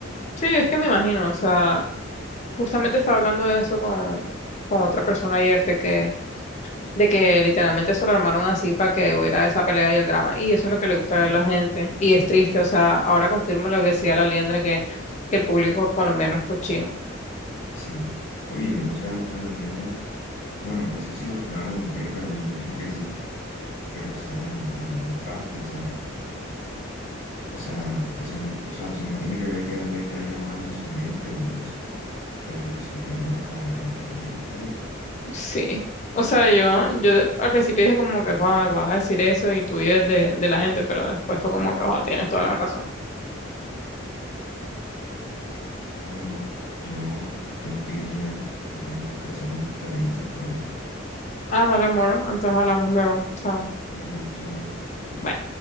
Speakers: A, on the left; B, on the left.
A: sí, es que me imagino, o sea. Justamente estaba hablando de eso con, con otra persona ayer, de que, de que literalmente se lo armaron así para que hubiera esa pelea y el drama. Y eso es lo que le gusta
B: Sí,
A: ver a la gente. Y es triste, o sea, ahora confirmo lo que decía la Liendra, que, que el público colombiano es cochino.
B: sí. Oye, yo no sé a la, a la Liendra, bueno, no sé si lo funaron o qué, pero me imagino que sí. Pero, o sea, el man tiró un facto, o sea, o sea, eso no, o sea, eso no tiene que ver que a él le caiga mal su gente o Pero eso es verdad, o sea, a la gente aquí le gusta eso.
A: Sí. O sea, yo, yo de- al principio dije como que, "Joa, vas a decir eso y tú vives de, de la gente, pero después fue como que, "Joa, tienes toda la razón.
B: Bueno, amor, yo me tengo que ir yendo, que tengo que hacer unas tareitas por ahí.
A: Ah, dale, amor entonces hablamos luego. Chao.
B: Hablamos luego. Chao.
A: Bye.